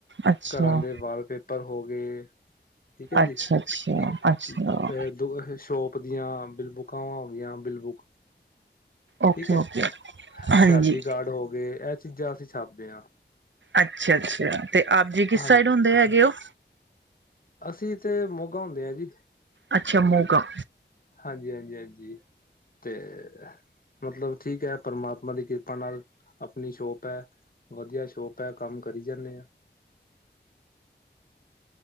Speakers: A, on the right; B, on the left.
A: ਅੱਛਾ।
B: ਘਰਾਂ ਦੇ
A: ਅੱਛਾ,
B: ਵਾਲਪੇਪਰ ਪੇਪਰ ਹੋ ਗਏ ਠੀਕ ਹੈ ਜੀ,
A: ਅੱਛਾ-ਅੱਛਾ,
B: ਠੀਕ
A: ਅੱਛਾ
B: ਦੋ ਸ਼ੋਪ ੳਦੀਆਂ ਬਿਲ ਬੁੱਕਾਂਵਾਂ ਹੋ ਗਈਆਂ ਬਿਲਬੁੱਕ
A: ਓਕੇ-ਓਕੇ।
B: ਠੀਕ ਹੈ,
A: ਹਾਂਜੀ
B: ਸ਼ਾਦੀ ਕਾਰਡ ਹੋ ਗਏ, ਇਹ ਚੀਜ਼ਾਂ ਅਸੀਂ ਛਾਪਦੇ ਹਾਂ।
A: ਅੱਛਾ-ਅੱਛਾ ਤੇ ਆਪ ਜੀ ਕਿਸ
B: ਹਾਂਜੀ
A: ਸਾਈਡ ਹੁੰਦੇ ਹੈਗੇ ਉਹ
B: ਅਸੀਂ ਤੇ ਮੋਗਾ ਹੁੰਦੇ ਹਾਂ ਜੀ
A: ਅੱਛਾ ਮੋਗਾ
B: ਹਾਂਜੀ-ਹਾਂਜੀ-ਹਾਂਜੀ, ਤੇ ਮਤਲਬ ਠੀਕ ਐ, ਪਰਮਾਤਮਾ ਦੀ ਕਿਰਪਾ ਨਾਲ ਅਪਨੀ ਸ਼ੋਪ ਐ। ਵਧੀਆ ਸ਼ੋਪ ਐ, ਕੰਮ ਕਰੀ ਜਾਨੇ ਆਂ।